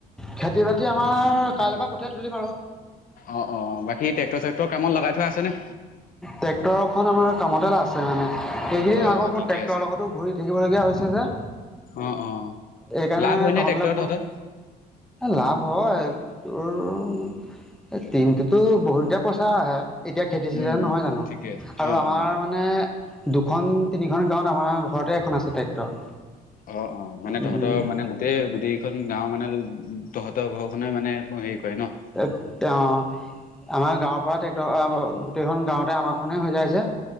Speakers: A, in the centre; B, on the left.
A: খেতি বাতি আমাৰ কাইলৈ পৰা কঠিয়া তুলিম আৰু।
B: অ অ‍ঁ, বাকী ট্ৰেক্টৰ চেক্টৰ কামত লগাই থোৱা আছেনে?
A: ট্ৰেক্টৰখন আমাৰ কামতে লাগছে আছে মানে। এইকেইদিন
B: অ
A: আকৌ
B: অ
A: মোৰ
B: ঠিকে
A: ট্ৰেক্টৰৰ
B: আছে
A: লগতো ঘূৰি থাকিবলগীয়া হৈছে যে।
B: অঁ অঁ,
A: এইকাৰণে
B: লাভ হয়
A: তহঁতলৈ
B: নে ট্ৰেক্টৰৰ
A: ফোন
B: তহঁতৰ?
A: লাভ হয় তোৰ তিনটোতো বহুত পইচা আহে, এতিয়া খেতি চিজন
B: উম
A: নহয়
B: উম
A: জানো
B: ঠিকে আছে
A: আৰু
B: অ
A: আমাৰ
B: অ।
A: মা নে দুখন তিনিখন গাঁৱত আমাৰ ঘৰতে এখন আছে ট্ৰেক্টৰ।
B: অ অঁ মানে
A: উম,
B: তহঁতৰ মানে গোটেই গোটেইকেইখন গাঁওৰ মানে তহঁতৰ ঘৰখনেই মানে এক হেৰি কৰে ন'।
A: অঁ ত, আমাৰ গাঁৱৰ পৰা ট্ৰেক্টৰ গোটেইখন গাঁৱতে আমাৰখনেই হৈ যায় যে।